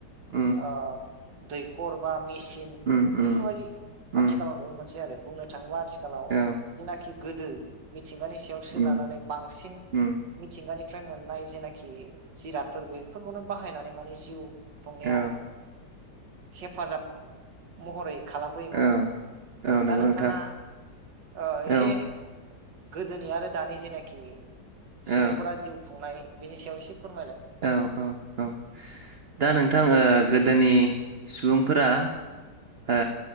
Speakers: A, on the right; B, on the right.
A: उम
B: ओ दैखर बा मेसिन
A: उम उम
B: बेफोरबायदि
A: उम
B: आथिखालाव नुनो मोनसै आरो बुंनो थाङोब्ला आथिखालाव
A: औ
B: जेनाखि गोदो थिंगानि सायाव सोनारनानै
A: उम
B: बांसिन
A: उम
B: मिथिंगानि निफ्राय मोननाय जेनाखि जिरादफोर बेफोरखौनो बाहायनानै माने जिउ खुंनायाव
A: औ
B: हेफाजाब महरै खालामबोयोमोन
A: औ
B: आरो
A: औ नंगौ
B: दा नोंथाङा
A: नोंथां
B: ओ एसे
A: औ
B: गोदोनि आरो दानि जेनाखि
A: औ
B: सुबुंफोरा जिउ खुंनाय बिनि सायाव एसे फोरमायलाय
A: औ औ औ दा नोंथां ओ गोदोनि सुबुंफोरा ओ